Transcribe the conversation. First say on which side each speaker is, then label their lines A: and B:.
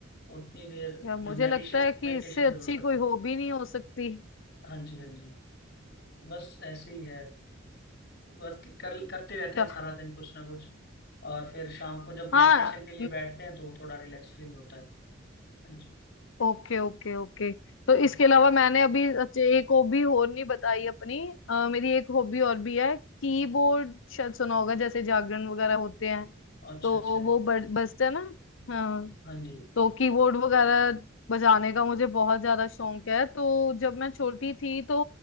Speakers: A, on the left (about 50°); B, on the left (about 70°).
A: उतनी देर
B: यार मुझे
A: मैं मेडिटेशन
B: लगता है कि
A: मेडिटेशन
B: इससे अच्छी
A: जरूर करता
B: कोई
A: हूँ
B: हॉबी नहीं हो सकती
A: हाँ जी हाँ जी बस ऐसे ही है बस कर करते रहते
B: अच्छा
A: हैं सारा दिन कुछ ना कुछ और फिर शाम को जब
B: हाँ
A: मेडिटेशन के लिए बैठते हैं तो थोड़ा रिलैक्स फील होता है ਹਾਂਜੀ
B: Okay okay okay तो
A: ਹਾਂਜੀ
B: इसके अलावा मैंने अभी अच्छा, एक हॉबी और नहीं बताई अपनी अ, मेरी एक हॉबी और भी है कीबोर्ड शायद सुना होगा जैसे जागरण वगैरह होते हैं
A: अच्छा
B: तो
A: अच्छा है।
B: वो ब- बजता है ना हाँ
A: हाँ जी
B: तो कीबोर्ड वगैरह बजाने का मुझे बहुत ज्यादा शौक है तो जब मैं छोटी थी तो